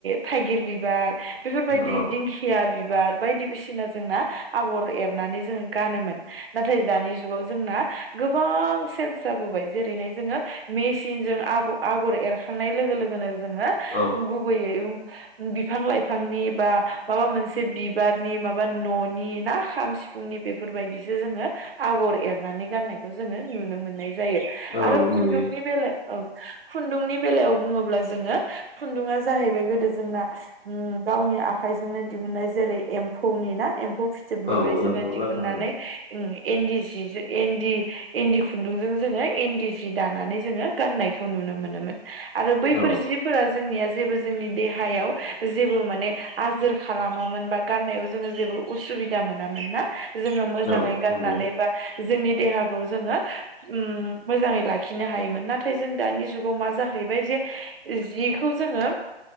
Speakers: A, on the right; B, on the left.
A: थाइगिर बिबार बेफोरबायदि
B: औ
A: दिंखिया बिबार बायदि बिसिना जोंना आगर एरनानै जों गानोमोन नाथाय दानि जुगाव जोंना गोबां सेन्स जाबोबाय जेरैहाय जोंङो मेचिनजों आब आग गर एरखांनाय लोगो लोगोनो जोङो
B: औ
A: गुबैयै बिफां लाइफांनि बा माबा मोनसे बिबारनि माबा न'नि ना खाम सिफुंनि बेफोरबायदिसो जोङो आगर एरनानै गाननायखौ जोङो नुनो मोननाय जायो।
B: औ
A: आरो खुन्दुंनि
B: नुयो
A: बेला औ खुन्दुंनि बेलायाव बुङोब्ला जोङो खुन्दुङा जाहैबाय गोदो जोंना उम गावनि आखाइजोंनो दिहुननाय जेरै एम्फौनि ना एम्फौ फिथोबनिफ्राय
B: औ
A: जोङो
B: एम्फौ
A: दिहुनन्नानै
B: लाथा ओं
A: इन्दि सिजो इन्दि इन्दि खुन्दुंजों जोङो इन्दि सि दानानै जोङो गाननायखौ खौ नुनो मोनोमोन। आरो बैफोर
B: औ
A: जिफोरा जोंनिया जेबो जोंनि देहायाव जेबो माने आजोर खालामामोन बा गाननायाव जोङो जेबो उसुबिदा मोनामोन ना? जोङो मोजाङै
B: औ
A: गाननानै
B: नंगौ
A: बा जोंनि देहाखौ जोङो उम मोजाङै लाखिनो हायोमोन नाथाय जों दानि जुगाव मा जाहैबाय जे जिखौ जोङो